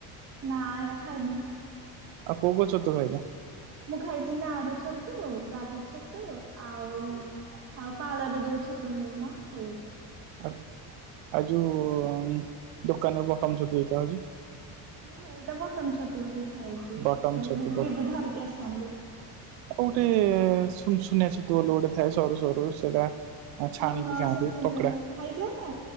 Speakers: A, on the right; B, on the right.
A: ନା ଏଇରା ଖାଇନି।
B: ଆଉ କୋଉ କୋଉ ଛତୁ ଖାଇଚ?
A: ମୁଁ ଖାଇଛି ନାଡଛତୁ, ବାଲି ଛତୁ ଆଉ ଆଉ ପାଳରେ ଯୋଉ ଛତୁ ହୁଏ ମ ହେଇ ଛତୁ।
B: ଆ ଆ ଯୋଉ ଦୋକାନର ବଟମ ଛତୁ ସେଇଟା ହଉଛି।
A: ହଁଁ ଏଇଟା ବଟମ ଛତୁ ବି ଖାଇଛି
B: ବଟମ
A: ତ
B: ଛତୁ
A: ଦିଦି ଧରିକି ଆସନ୍ତି।
B: କୋଉଠି ସୁନୁସୁନିଆ ଛତୁ ଗୋଟେ ଗୋଟେ ଥାଏ ସରୁ ସରୁ ସେଇଟା ଆ ଛାଣିକି
A: ହଁ ହଁ
B: ଖାଆନ୍ତି
A: ସୁନ ସୁନ
B: ପକଡ଼ା
A: ରେ ଖାଇଯାଏ ନା